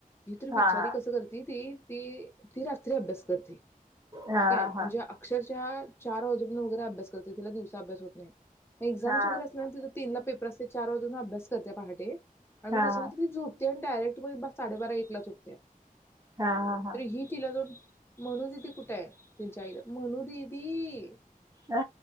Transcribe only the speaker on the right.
हा
हा
हा
हा
हा
हा
हा हा
आ